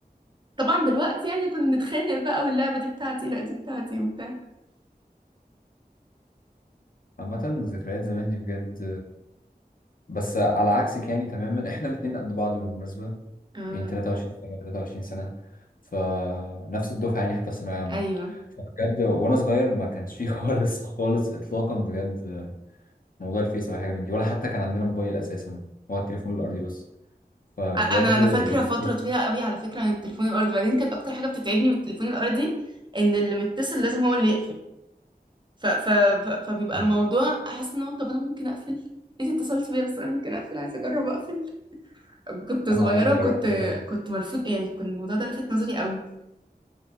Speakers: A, on the right; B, on the left.
A: طبعا بالوقت يعني كنا بنتخانق بقى واللعبة دي بتاعتي لا دي بتاعتي وبتاع
B: عامة ذكريات زمان دي بجد بس على عكسك يعني تماما احنا الاتنين قد بعض بالمناسبة
A: آه.
B: يعني 23 سنة 23 سنة فنفس الدفعة يعني حتى في ثانوية عامة
A: ايوه
B: فبجد وأنا صغير ما كانش فيه <laughs> خالص خالص إطلاقا بجد موضوع الفيس أو أي حاجة من دي ولا حتى كان عندنا موبايل أساسا هو التليفون الأرضي بس فبجد
A: انا انا
B: يعني
A: فاكره فتره طويله قوي على فكره عن التليفون الارضي بعدين كانت اكتر حاجه بتتعبني من التليفون الارضي ان اللي متصل لازم هو اللي يقفل ف... ف... ف... فبيبقى
B: م.
A: الموضوع احس ان هو طب انا ممكن اقفل انت اتصلت بيا بس انا ممكن اقفل عايزه اجرب اقفل كنت صغيره
B: أنا عمري ما
A: وكنت
B: جربت الحوار ده
A: كنت ملفوت يعني كان الموضوع ده لفت نظري قوي